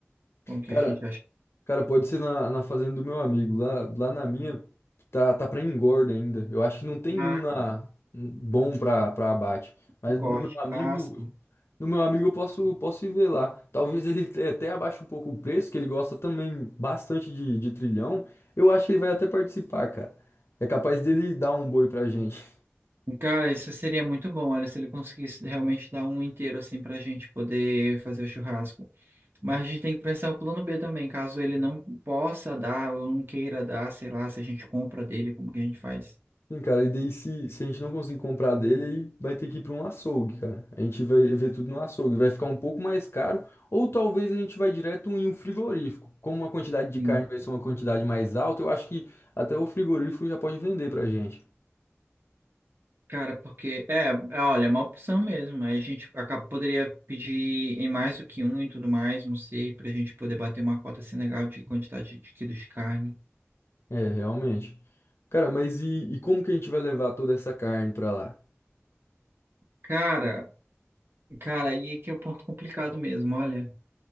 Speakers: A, on the right; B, on the left.
A: Como que
B: Cara,
A: a gente acha?
B: cara, pode ser na, na fazenda do meu amigo. Lá, lá na minha tá, tá para engorda ainda. Eu acho que não tem
A: Ah,
B: um na
A: cara,
B: um bom pra, para abate. Mas
A: o corte,
B: no meu amigo,
A: ah, sim.
B: no meu amigo eu posso posso ir ver lá. Talvez ele te- até abaixe um pouco o preço, que ele gosta também bastante de, de trilhão. Eu acho que ele vai até participar, cara. É capaz dele dar um boi pra gente.
A: Cara, isso seria muito bom, olha, se ele conseguisse realmente dar um inteiro assim pra gente poder fazer o churrasco. Mas a gente tem que pensar o plano B também, caso ele não possa dar ou não queira dar, sei lá, se a gente compra dele, como que a gente faz?
B: Sim, cara, e daí se, se a gente não conseguir comprar dele, aí vai ter que ir para um açougue, cara. A gente vai ver tudo no açougue, vai ficar um pouco mais caro, ou talvez a gente vai direto em um frigorífico. Como a quantidade de
A: Hum.
B: carne vai ser uma quantidade mais alta, eu acho que até o frigorífico já pode vender pra gente.
A: Cara, porque é, é, olha, é uma opção mesmo. Aí a gente acaba, poderia pedir em mais do que um e tudo mais, não sei, pra gente poder bater uma cota assim legal de quantidade de quilos de carne.
B: É, realmente. Cara, mas e, e como que a gente vai levar toda essa carne pra lá?
A: Cara, cara, aí é que é o ponto complicado mesmo, olha,